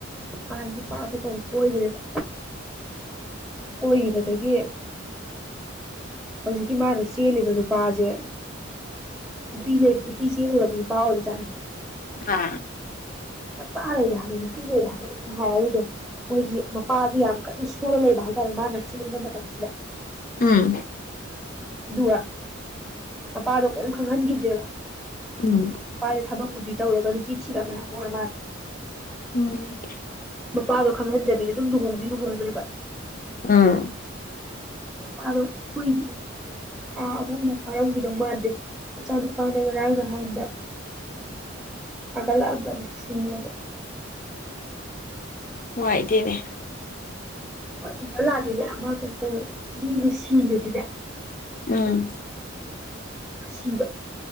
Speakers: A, in the centre; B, on the left.
A: ꯃꯥ ꯅꯨꯄꯥ ꯑꯇꫭꯞꯄ ꯀꫭꯏꯒ꯭ꯔꯦꯕ ꯀꯣꯏꯒꯤꯕꯗꯒꯤ ꯍꯧꯖꯤꯛꯀꯤ ꯃꯥꯅ ꯆꯦꯜꯂꯤꯕ ꯅꯨꯄꯥꯁꯦ ꯅꯨꯄꯤ ꯂꯩ ꯅꯨꯄꯤ ꯆꯦꯜꯂꯨꯔꯕ ꯅꯨꯄꯥ ꯑꯣꯏꯕ ꯖꯥꯠꯅꯤ
B: ꯑ
A: ꯃꯆꯥ ꯂꯩꯔꯦ ꯍꯥꯏꯕ ꯅꯨꯄꯤ ꯂꯩꯔꯦ ꯍꯥꯏꯕ <unintelligible> ꯍꯥꯏ ꯑꯗꯨꯗꯣ ꯃꯣꯏꯒꯤ ꯃꯄꯥꯗꯨ ꯌꯥꯝ ꯀꯟꯅ ꯁꯣꯜꯂ ꯂꯩꯕ ꯍꯥꯏꯇꯥꯔꯦ ꯃꯥꯅ ꯆꯪꯕ ꯃꯇꯝꯁꯤꯗ
B: ꯎꯝ
A: ꯗꯨꯒ ꯃꯄꯥꯗꯣ ꯀꯩꯝ ꯈꯪꯍꯟꯒꯤꯗ꯭ꯔꯦꯕ <inaudible>
B: ꯎꯝ
A: ꯅꯨꯄꯥꯁꯦ ꯊꯕꯛꯄꯨꯗꯤ ꯇꯧꯔꯒ ꯗꯨꯝ ꯕꯤ ꯊꯤꯔꯝꯃꯦ ꯍꯥꯏ ꯑꫭꯏꯔ ꯃꯥꯜꯂꯦ
B: ꯎꯝ
A: ꯃꯄꯥꯥ ꯈꯪꯍꯟꯗꯕꯤꯗ ꯑꯗꯨꯝ ꯂꯨꯍꯣꯡꯗꯤ ꯂꯨꯍꯣꯡꯒ꯭ꯔꯦꯕ
B: ꯑꯥ
A: ꯃꯄꯥꯗꫭ ꯀꯨꯏꯗ꯭ꯔꯤ ꯊꯥ ꯑꯍꯨꯝ ꯃꯨꯛ ꯐꯥꯔꯝꯒꯤꯗꯧ ꯃꯥꯟꯗꯦ ꯃꯆꯥ ꯅꯨꯨꯄꯥꯗꫭ ꯉꯔꯥꯡ ꯅꯍꯥꯟꯗ ꯊꯥꯒꯠ ꯂꯛ ꯑꯕ ꯖꯥꯠꯅꯤ ꯁꯤꯔꯕ
B: ꯅꯨꯡꯉꯥꯏꯇꯦꯅꯦ
A: ꯐꯨꯕꯥꯂꯥꯗꯤꯅꯦ ꯑꯃ ꯀꯩꯅꫭ ꯇꯧꯕ ꯃꯤꯁꯦ ꯁꯤꯔꯗꯤꯅꯦ
B: ꯎꯝ
A: ꯁꯤꯕ